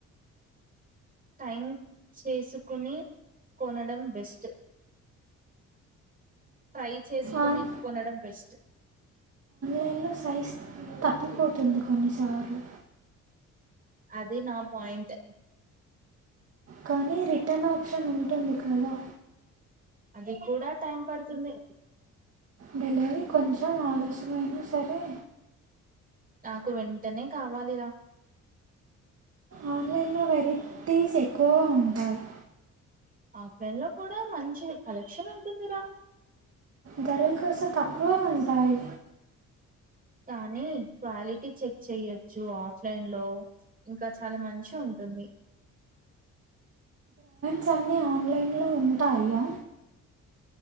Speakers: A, on the right; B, on the right.
A: టైం చేసుకుని కొనడం బెస్ట్ ట్రై చేసుకుకొని
B: ఆన్
A: కొనడం బెస్ట్ స
B: కింద సైజు తప్పుపోతుంది కొన్నిసార్లు
A: అది నా పాయింట్
B: కానీ రిటర్న్ ఆప్షన్ ఉంటుంది కదా
A: అది కూడా టైం పడుతుంది
B: డెలివరీ కొంచెం ఆలస్యమైనా సరే
A: నాకు వెంటనే కావాలిరా
B: ఆన్లైన్లో వెరైటీస్ ఎక్కువ ఉంటాయి
A: ఆఫ్లైన్ లో కూడా మంచి కలెక్షన్ ఉంటుందిరా
B: ధరలు కాస్త తక్కువ ఉంటాయి
A: పానీ వ్యాలిట్ చెక్ చెయొచ్చు ఆఫ్లైన్ లో ఇంకా చాలా మంచి ఉంటుంది
B: కొన్ని ఆన్లైన్లో ఉంటాయా